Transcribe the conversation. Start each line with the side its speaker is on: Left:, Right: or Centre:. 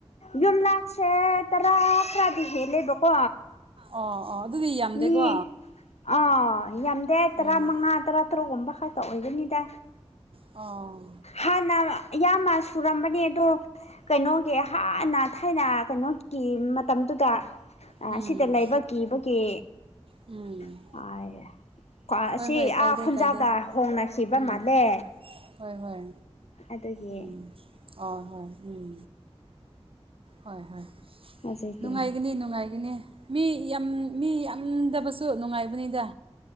Left: ꯌꯨꯝꯂꯥꯛꯁꯦ ꯇꯔꯥ ꯈꯔꯗꯤ ꯍꯦꯜꯂꯦꯕꯀꯣ
Right: ꯑꯣ ꯑꯣ ꯑꯗꯨꯗꯤ ꯌꯥꯝꯗꯦꯀꯣ
Left: ꯃꯤ ꯑꯥ ꯌꯥꯝꯗꯦ ꯇꯔꯥꯃꯉꯥ
Right: ꯎꯝ
Left: ꯇꯔꯥꯇꯔꯨꯛꯒꯨꯝꯕ ꯈꯛꯇ ꯑꯣꯏꯒꯅꯤꯗ
Right: ꯑꯣ
Left: ꯍꯥꯟꯅ ꯌꯥꯝꯅ ꯁꯨꯔꯝꯕꯅꯦ ꯑꯗꯣ ꯀꯩꯅꯣꯒꯤ ꯍꯥꯟꯅ ꯊꯥꯏꯅ ꯀꯩꯅꯣꯒꯤ ꯃꯇꯝꯗꯨꯗ ꯑ
Right: ꯎꯝ
Left: ꯁꯤꯗ ꯂꯩꯥꯕ ꯀꯤꯕꯒꯤ
Right: ꯎꯝ
Left: <unintelligible> ꯑꯁꯤ
Right: ꯍꯣꯏ ꯍꯣꯏ ꯀꯥꯏꯗꯦ
Left: ꯑꯥ ꯈꯨꯟꯖꯥꯎꯗ
Right: ꯀꯥꯏꯗꯦ
Left: ꯍꯣꯡꯅꯈꯤꯕ
Right: ꯎꯝ
Left: ꯃꯥꯜꯂꯦ
Right: ꯍꯣꯏ ꯍꯣꯏ
Left: ꯑꯗꯨꯒꯤ
Right: ꯎꯝ ꯑ ꯍꯣꯏ ꯎꯝ ꯍꯣꯏ ꯍꯣꯏ
Left: ꯍꯧꯖꯤꯛꯇꯤ
Right: ꯅꯨꯡꯉꯥꯏꯒꯅꯤ ꯅꯨꯡꯉꯥꯏꯒꯅꯤ ꯃꯤ ꯌꯥꯝ ꯃꯤ ꯌꯥꯝꯗꯕꯁꯨ ꯅꯨꯡꯉꯥꯏꯕꯅꯤꯗ